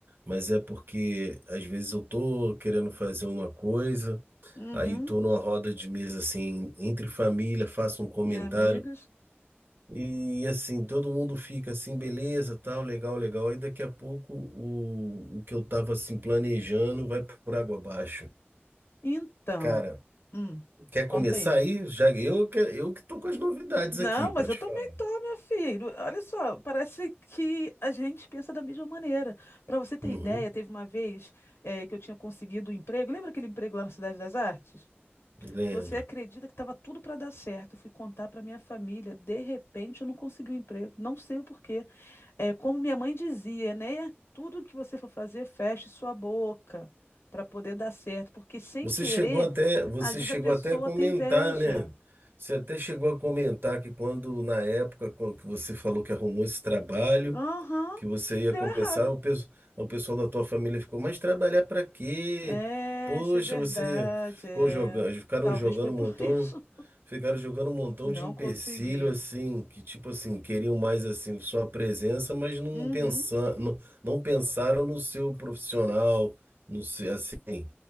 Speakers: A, on the right (about 55°); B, on the left (about 70°).
A: mas é porque às vezes eu tô querendo fazer uma coisa,
B: Uhum.
A: aí tô numa roda de mesa assim, entre família, faço um comentário
B: E amigas?
A: e assim, todo mundo fica assim, beleza, tal, legal, legal. Aí daqui a pouco o, o que eu tava assim planejando vai por água abaixo.
B: Então,
A: Cara,
B: hum,
A: quer
B: conta
A: começar
B: aí.
A: aí? Já eu, que- eu que tô com as novidades
B: Não,
A: aqui pra
B: mas eu
A: te
B: também
A: falar.
B: tô, meu filho. Olha só, parece que a gente pensa da mesma maneira. Para você ter
A: Uhum,
B: ideia, teve uma vez, eh, que eu tinha conseguido um emprego. Lembra aquele emprego lá na Cidade das Artes?
A: lembro.
B: Você acredita que estava tudo para dar certo? Eu fui contar para minha família. De repente, eu não consegui o emprego. Não sei o porquê. É, como minha mãe dizia, né? Tudo que você for fazer, feche sua boca para poder dar certo, porque sem
A: Você
B: querer,
A: chegou até, você
B: às vezes
A: chegou
B: a pessoa
A: até a comentar,
B: tem inveja.
A: né? Você até chegou a comentar que quando, na época quando que você falou que arrumou esse trabalho,
B: Aham,
A: que você ia
B: deu
A: começar,
B: errado.
A: o, pes- o pessoal da tua família ficou, mas trabalhar para quê?
B: É,
A: Poxa,
B: isso é verdade.
A: você ficou
B: é.
A: jogando, ficaram
B: Talvez
A: jogando
B: foi por
A: um montão,
B: <laughs> isso.
A: ficaram jogando um montão
B: Não
A: de empecilho
B: consegui.
A: assim, que tipo assim, queriam mais assim sua presença, mas não
B: Uhum,
A: pensar, não, não pensaram no seu profissional, no seu, assim,